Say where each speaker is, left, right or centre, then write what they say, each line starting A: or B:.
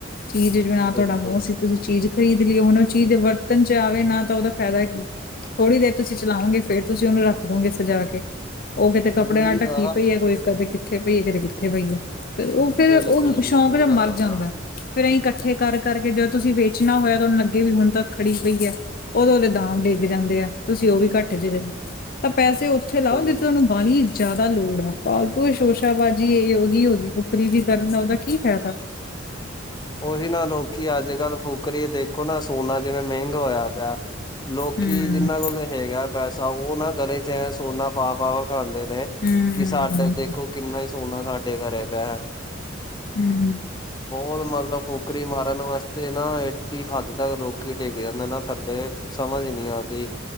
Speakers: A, on the left; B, on the left.
A: ਚੀਜ਼ ਜਿਵੇ ਆਮ ਤੁਹਾਡਾ
B: ਬਿਲਕੁਲ
A: ਮੋਹ ਸੀ, ਤੁਸੀਂ ਚੀਜ਼ ਖਰੀਦ ਲੀ, ਹੁਣ ਉਹ ਚੀਜ਼ ਵਰਤ ਤਨਚਾਵੇ ਨਾ ਤਾਂ ਉਹਦਾ ਫੈਦਾ ਕੀ। ਥੋੜ੍ਹੀ ਦੇਰ ਤੁਸੀਂ ਚਲਾਓਂਗੇ ਫੇਰ ਤੁਸੀਂ ਓਹਨੂੰ ਰੱਖ ਦੋਗੇ ਸਜਾ ਕੇ। ਉਹ ਕਿਤੇ ਕੱਪੜਿਆਂ
B: ਉਹੀ
A: ਨਾਲ ਢੱਕੀ
B: ਨਾ
A: ਪਈਏ ਕੋਈ ਕਦੇ ਕਿੱਥੇ ਪਈਏ ਕਦੇ ਕਿੱਥੇ ਥੇ ਪਈਏ। ਫੇਰ ਓਹ ਫੇਰ
B: ਬਿਲਕੁਲ
A: ਓਹ ਸ਼ੌਂਕ
B: ਜੀ ਇਹੀ
A: ਜਾਂ
B: ਤਾਂ
A: ਮਰ
B: ਗੱਲ
A: ਜਾਂਦੈ।
B: ਆ
A: ਫਿਰ ਐਂਈ ਇਕੱਠੇ ਕਰ-ਕਰਕੇ ਜਦੋਂ ਤੁਸੀਂ ਵੇਚਣਾ ਹੋਇਆ ਤਾਂ ਓਹਨੂੰ ਅੱਗੇ ਵੀ ਹੁਣ ਤੱਕ ਖੜੀ ਪਈ ਐ ਓਦੋਂ ਓਹਦੇ ਦਾਮ ਡਿੱਗ ਜਾਂਦੇ ਐ ਤੁਸੀਂ ਓਹ ਵੀ ਘੱਟੇ ਚ ਜਾਣੇ, ਤਾਂ ਪੈਸੇ ਓਸ ਓੱਥੇ ਲਾਓ
B: ਬਿਲਕੁਲ
A: ਜਿੱਥੇ ਤੁਹਾਨੂੰ ਬਾਲੀ ਜਿਆਦਾ ਲੋੜ ਆ, ਫਾਲਤੂ ਦੀ ਸ਼ੋਸ਼ਾਬਾਜ਼ੀ ਏਹ ਹੋਗੀ ਓਹ ਹੋਗੀ, ਫੁਕਰੀ ਜੀ ਕਰਨ ਦਾ ਉਹਦਾ ਕੀ ਫੈਦਾ।
B: ਓਹੀ ਨਾ, ਲੋਕੀ ਅੱਜ-ਕੱਲ ਫੁਕਰੀ ਦੇਖੋ ਨਾ ਸੋਨਾ ਜਿਵੇਂ ਮਹਿੰਗਾ ਹੋਇਆ ਪਿਆ ਲੋਕੀ
A: ਹਮ
B: ਜਿੰਨਾਂ ਕੋਲ ਤਾ ਹੈਗਾ ਪੈਸਾ ਓਹ ਨਾ ਗਲੇ ਚ ਐ ਸੋਨਾ ਪਾ-ਪਾ ਵਖਾਂਦੇ ਨੇ।
A: ਹਮ
B: ਕਿ ਸਾਡਾ ਦੇਖੋ ਕਿੰਨਾ ਈ ਸੋਨਾ ਸਾਡੇ ਘਰੇ ਪਿਆ ਐ।
A: ਹੰ-ਹੰ
B: ਬਹੋਤ ਮਨ ਲੋਕ ਫੁਕਰੀ ਮਾਰਨ ਵਾਸਤੇ ਨਾ ਏਡੀ ਹੱਦ ਤੱਕ ਲੋਕੀ ਡਿੱਗ ਜਾਂਦੇ ਨਾ, ਥੱਲੇ ਸਮਜ ਈ ਨਈ ਆਂਦੀ